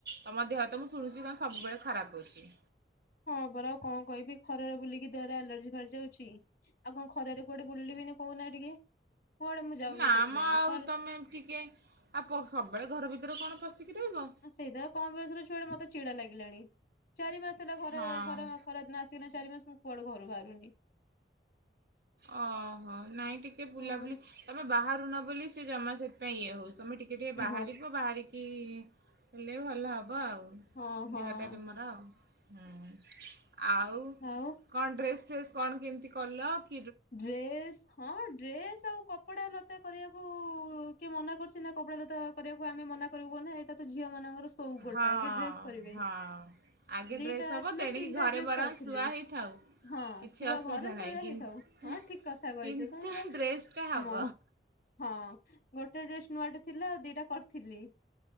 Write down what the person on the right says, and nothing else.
ତମ ଦେହ ତ ମୁଁ ଶୁଣୁଛି କଣ ସବୁବେଳେ ଖରାପ ହେଉଛି।
ନା
ମ ଆଉ
ତମେ ଟିକେ ଆଉ ପ ସବୁବେଳେ ଘର ଭିତରେ କଣ ପଶିକି ରହିବ
ହଁ
ଓହୋ ନାଇଁ ଟିକେ ବୁଲାବୁଲି
ତମେ ବାହାରୁନ ବୋଲି ସିଏ ଜମା ସେଥିପାଇଁ ଇଏ ହଉଛି। ତମେ ଟିକେ ଟିକେ
ବାହାରିବ। ବାହାରିକି ହେଲେ ଭଲ ହ ହବ ଆଉ
ଦେହଟା ତମର ଆଉ। ହୁଁ। ଆଉ
କଣ ଡ୍ରେସ୍ ଫ୍ରେସ୍ କଣ କେମିତି କଲକ୍
ହଁ
ହଁ ଆଗେ
ଡ୍ରେସ୍ ହବ।
ତେଣିକି
ଘରେ
ବରଂ
ଶୁଆ ହେଇଥାଉ
କିଛି
ଅସୁବିଧା
ନାହିଁ।
କି
କିନ୍ତୁ
ଡ୍ରେସ୍ଟା ହେବ